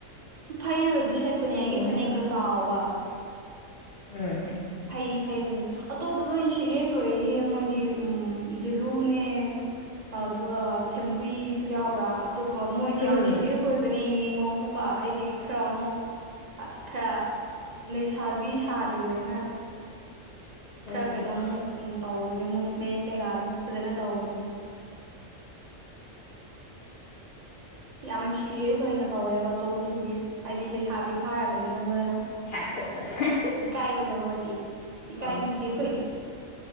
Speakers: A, on the right; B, on the left.
A: ꯐꯩꯔꯒꯗꯤ ꯁꯦꯠꯄꯅꯦ
B: ꯎꯝ
A: ꯑꯩꯒꯤ ꯐꯅꯦꯛꯇꯣ ꯆꯥꯎꯕ
B: ꯎꯝ
A: ꯐꯩꯔꯤ ꯐꯩꯕꯅꯤ ꯑꯇꯣꯞꯄ ꯂꯣꯏꯅ ꯁꯤꯔꯤꯁ ꯇꯣꯏꯍꯦ ꯃꯣꯏꯗꯤ ꯎꯝ ꯖꯤꯂꯨꯅꯦ ꯑꯗꯨꯒ ꯊꯦꯝꯄꯁꯨ ꯌꯥꯎꯕ꯭ꯔꯥ ꯑꯇꯣꯞꯄ ꯃꯣꯏꯗꯤ
B: ꯎꯝ
A: ꯌꯥꯝ ꯁꯤꯔꯤꯌꯁ ꯑꯣꯏꯕꯅꯦ ꯌꯦꯡꯉꯣ ꯑꯃꯨꯛꯀꯣ ꯑꯩꯗꯤ ꯈꯔ ꯑꯃꯨꯛ ꯈꯔ ꯂꯩꯁꯥꯕꯤ ꯁꯥꯗ꯭ꯔꯤꯕꯅꯤꯅ
B: ꯎꯝ
A: ꯈꯔ ꯀꯩꯅꯣꯝ ꯇꯧ ꯃꯨꯚꯃꯦꯟ ꯀꯩꯀꯥꯗꯣ ꯐꯖꯅ ꯇꯧꯕꯅꯤ ꯌꯥꯝ ꯁꯤꯔꯤꯌꯁ ꯑꯣꯏꯅ ꯇꯧꯋꯦꯕ ꯑꯇꯣꯞꯄꯁꯤꯡꯁꯤ ꯍꯥꯏꯗꯤ ꯂꯩꯁꯥꯕꯤ ꯐꯥꯔꯕ ꯑꯩꯅ
B: ꯍꯦꯁ ꯍꯦꯁ ꯍꯦꯁ
A: ꯏꯀꯥꯏꯕꯗꯣ ꯃꯣꯏꯗꯤ ꯏꯀꯥꯏꯕꯤꯗꯦ
B: ꯑꯣ
A: ꯑꯩꯈꯣꯏꯗꯤ